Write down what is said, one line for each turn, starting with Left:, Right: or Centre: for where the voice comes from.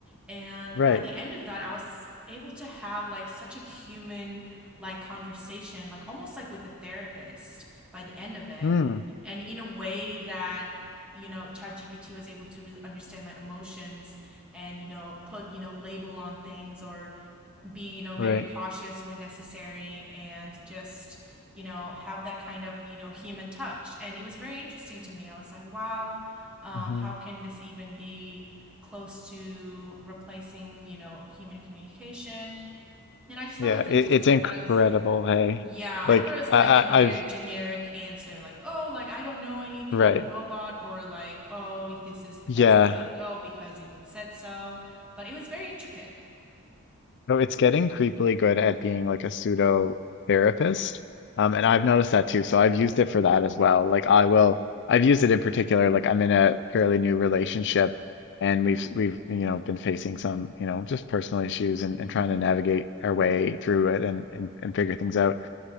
Centre: And
Left: Right.
Centre: by the end of that, I was able to have like such a human like conversation, like almost like with a therapist by the end of it
Left: Mm.
Centre: and in a way that you know ChatGPT was able to really understand my emotions and you know put you know label on things or be you know very
Left: Right.
Centre: cautious when necessary and just you know have that kind of you know human touch and it was very interesting to me i was like wow um,
Left: hmm
Centre: how can this even be close to replacing you know human communication and i just
Left: Yeah,
Centre: thought it was
Left: it,
Centre: interesting
Left: it's incredible,
Centre: i thought it was
Left: hey.
Centre: yeah,
Left: Like
Centre: I thought it was gonna
Left: I,
Centre: give a
Left: I
Centre: very
Left: I've
Centre: generic answer, like, oh, like I don't know anything,
Left: right.
Centre: I'm a robot, or like, oh, this is the
Left: Yeah.
Centre: best way to go because it said so. But it was very intricate.
Left: No, it's getting creepily good at being like a pseudo therapist. Um, and I've noticed that too. So I've used it for that as well. Like I will, I've used it in particular, like I'm in a fairly new relationship and we've, we've, you know, been facing some, you know, just personal issues and, and
Centre: hmm
Left: trying to navigate our way through it and, and, and figure things out.